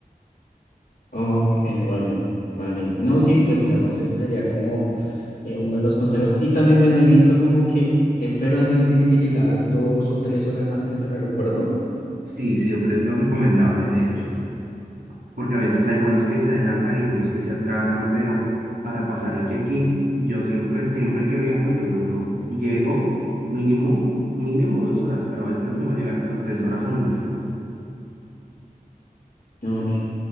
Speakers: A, on the left; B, on the right.
A: Ok, vale, vale. No, sí, pues digamos, ese sería como eh, uno de los consejos. Y también, bueno, he visto como que es verdad que uno tiene que llegar dos o tres horas antes al aeropuerto.
B: Sí, siempre es lo recomendable, de hecho. porque a veces hay vuelos que se adelantan y vuelos que se atrasan, pero para pasar el check-in, yo siempre, siempre que viajo, yo duro, llego mínimo, mínimo dos horas, pero a veces es mejor llegar hasta tres horas antes.
A: Ok.